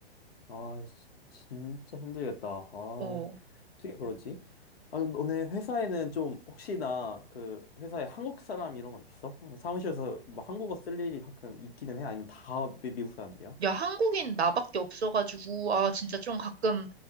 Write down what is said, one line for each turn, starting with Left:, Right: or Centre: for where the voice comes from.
Left: 아, 시- 진짜 힘들겠다. 아,
Right: 어.
Left: 어떻게 그러지? 아, 너네 회사에는 좀 혹시나 그 회사에 한국 사람 이런 거 있어? 어, 사무실에서 뭐 한국어 쓸 일이 가끔 있기는 해? 아니면 다 미, 미국 사람들이야?
Right: 야, 한국인 나밖에 없어가지고, 아, 진짜 좀 가끔,